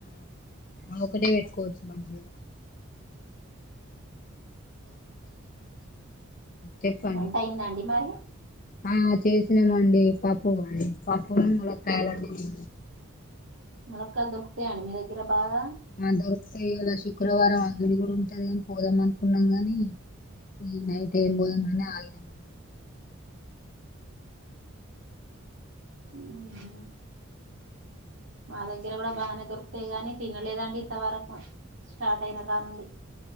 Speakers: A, on the left (about 40°); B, on the right (about 65°).
A: ఆ ఒకటే పెట్టుకోవచ్చు మంచిగా. చెప్పండి
B: వంట అయింద అండి మరి.
A: ఆ చేసినామండి పప్పు అని పప్పు ఉన్ను ములక్కాయాలండినం.
B: ములక్కాయల్ దొరుకుతాయ అండి మీ దగ్గర బాగా
A: మా దొరుకుతయి ఇవాలా శుక్రవారం అంగడి కూడా ఉంటది కాని పోదాం అనుకున్నాం కాని ఈ నైట్ ఎంపోదాం అని ఆగినం.
B: ఆహా మా దగ్గర కూడా బాగానే దొరుకుతయి గానీ తినలేదండి. ఇంత వరకు స్టార్ట్ అయిన కానుండి.